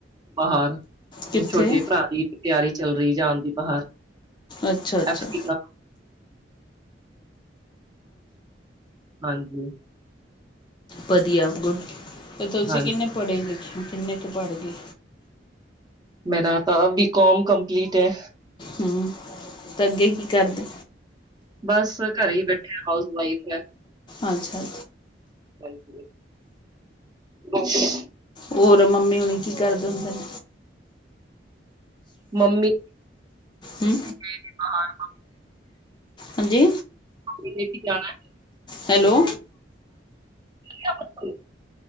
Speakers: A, on the right; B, on the left.
A: ਬਾਹਰ ਹੁਣ
B: ਕਿੱਥੇ
A: ਛੋਟੇ ਭਰਾ ਦੀ ਤਿਆਰੀ ਚੱਲ ਰਈ ਜਾਣ ਦੀ ਬਾਹਰ
B: ਅੱਛਾ-ਅੱਛਾ-ਅੱਛਾ
A: ਐਫ ਡੀ ਦਾ ਹਾਂਜੀ
B: ਵਧੀਆ ਗੁਡ ਤੇ ਤੁਸੀਂ
A: ਹਾਂਜੀ
B: ਕਿੰਨੇ ਪੜ੍ਹੇ ਲਿਖੇ ਕਿੰਨੇ ਕੁ ਪੜ੍ਹ ਗਏ।
A: ਮੇਰਾ ਤਾਂ ਬੀ ਕੌਮ ਕੰਪਲੀਟ ਐ।
B: ਹੂੰ ਤੇ ਅੱਗੇ ਕੀ ਕਰਦੇ।
A: ਬਸ ਘਰੇ ਹੀ ਬੈਠੇ ਹਾਊਸ ਵਾਈਫ ਐ।
B: ਅੱਛਾ-ਅੱਛਾ
A: ਹਾਂਜੀ ਅੱਛਾ
B: ਹੋਰ ਮੰਮੀ ਹੋਨੀ ਕੀ ਕਰਦੇ ਹੁੰਦੇ ਨੇ।
A: ਮੰਮੀ
B: ਹੂ
A: ਗਏ ਨਹੀ ਬਾਹਰ।
B: ਹਾਂਜੀ।
A: ਕਿਲੇ ਵੀ ਜਾਣਾ।
B: ਹੈਲੋ,
A: ਚ <unintelligible>